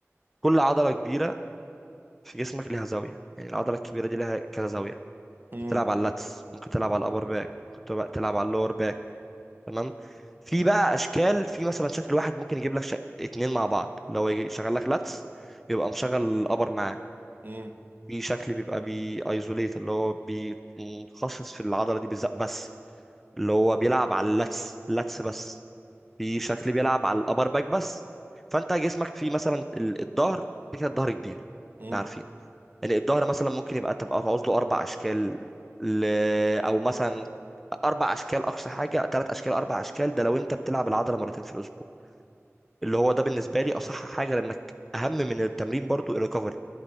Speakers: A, in the centre; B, on the right.
A: كل عضله كبيره في جسمك ليها زاويه يعني العضله الكبيره دي ليها كذا زاويه
B: امم
A: بتلعب على اللاتس ممكن تلعب على الابر باك ممكن تبقى- تلعب على اللور باك تمام في بقى اشكال في مثلا شكل واحد ممكن يجيب لك شك... اتنين مع بعض لو يجي شغال لك لاتس يبقى مشغل الابر معاه
B: امم
A: في شكل بيبقى بي ايزوليت اللي هو بي- متخصص في العضله دي بالذات بس اللي هو بيلعب على اللاتس لاتس بس في شكل بيلعب على الابر باك بس فانت جسمك فيه مثلا ال- الظهر كده الظهر كبير
B: امم
A: احنا عارفين يعني الظهر مثلا ممكن يبقى تبقى تعوز له اربع اشكال ل... او مثلا اربع اشكال اقصى حاجه ثلاث اشكال اربع اشكال ده لو انت بتلعب العضله مرتين في الاسبوع اللي هو ده بالنسبه لي اصح حاجه لانك اهم من التمرين برضو الريكفري